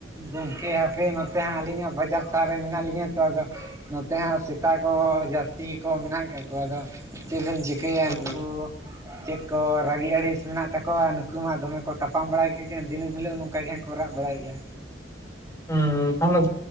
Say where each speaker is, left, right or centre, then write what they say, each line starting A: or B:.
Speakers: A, on the right (about 20°); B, on the left (about 20°).
A: ᱜᱚᱢᱠᱮ ᱦᱟᱯᱮ ᱱᱚᱛᱮ ᱦᱟᱸᱜ ᱟᱹᱞᱤᱧ ᱦᱸᱟᱜ ᱵᱟᱡᱟᱨ ᱥᱟᱦᱟᱨ ᱨᱮ ᱢᱮᱱᱟᱜ ᱞᱤᱧᱟ ᱛᱚ ᱟᱫᱚ ᱱᱚᱛᱮ ᱦᱟᱸᱜ ᱥᱮᱛᱟ ᱠᱚ ᱡᱟᱹᱥᱛᱤ ᱜᱮ ᱠᱚ ᱢᱮᱱᱟᱜ ᱠᱟᱜ ᱠᱚᱣᱟ ᱟᱫᱚ ᱪᱮᱫ ᱫᱚᱢ ᱪᱤᱠᱟᱹᱭᱟ
B: ᱦᱩᱸ
A: ᱱᱩᱠᱩ ᱪᱮᱫ ᱠᱚ ᱨᱟᱜᱤ ᱟᱲᱤᱥ ᱢᱮᱱᱟᱜ ᱛᱟᱠᱚᱣᱟ ᱱᱩᱠᱩ ᱢᱟ ᱫᱚᱢᱮ ᱠᱚ ᱛᱟᱯᱟᱢ ᱵᱟᱲᱟᱭ ᱠᱮᱜᱮᱭᱟ ᱫᱤᱱᱟᱹᱢ ᱦᱤᱞᱳᱜ ᱱᱚᱝᱠᱟ ᱜᱮ ᱦᱟᱸᱜ ᱠᱚ ᱨᱟᱜ ᱵᱟᱲᱟᱭᱮᱜ-ᱟ᱾
B: ᱦᱩᱸ ᱛᱟᱦᱚᱞᱮ